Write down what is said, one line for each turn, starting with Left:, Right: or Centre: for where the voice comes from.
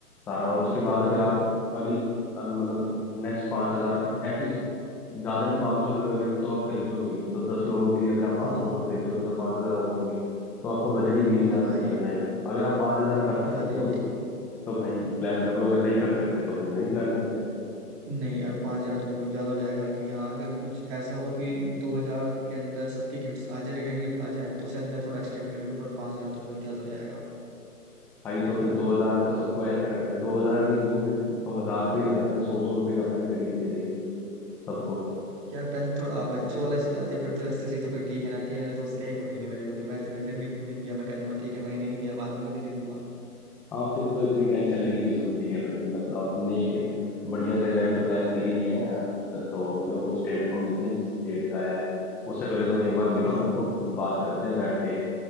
Centre: सारा और उसके बाद अगर
Right: हाँ
Centre: आप अगले अब मतलब नेक्स्ट पांच हजार खर्च एटलीस्ट ज्यादा नहीं पाँच सौ रुपये का गिफ्ट तो आप खरीदोगे ही तो दस लोगों के लिए अगर आप पाँच
Right: हाँ
Centre: सौ
Right: हाँ
Centre: का खरीदोगे तो पाँच हजार और हो गए तो आपका बजट ही बीस
Right: हाँ
Centre: हजार
Right: भाई
Centre: पे चला जाएगा अगर आप पाँच हजार खर्च
Right: यार
Centre: सकते
Right: ये
Centre: हो
Right: तो
Centre: तो भाई प्लान कर लो अगर नहीं खर्च सकते तो फिर नहीं प्लान करते
Right: नहीं यार पाँच हजार तो बहुत ज्यादा हो जाएगा कि हाँ अगर कुछ ऐसा हो कि दो हजार के अंदर सबके गिफ्ट्स आ जाए रिटर्न गिफ्ट आ जाए तो शायद मैं थोड़ा एक्सटेंड कर लूँ पर पाँच हजार तो बहुत ज्यादा हो जाएगा
Centre: भाई तो फिर दो हजार में तो सबको ऐसा करते हैं दो हजार भी क्यों फिर तो हजार रुपये ही लगाते हैं सौ सौ रुपये का पेन खरीद के देंगे सबको
Right: यार टेंथ थोड़ा बच्चों वाला चीज आती है फिर तो इससे सही तो फिर ठीक है ना कि मेरे दोस्त क्या ही बोलेंगे मेरे को कि भाई तूने रिटर्न गिफ्ट में दिया मैं कह दूंगा ठीक है भाई नहीं दिया बाद में कभी दे दूंगा
Centre: हाँ फिर तो इतनी टेंशन लेने की जरूरत ही नहीं है भाई बस अब हमने एक बढ़िया सा इवेंट प्लान कर ही लिया है अब तो तो जो उस डेट को मिलते हैं जिस डेट का है उससे पहले तुम एक बार मिलो
Right: हाँ
Centre: मेरे
Right: हाँ
Centre: को बात करते हैं बैठ के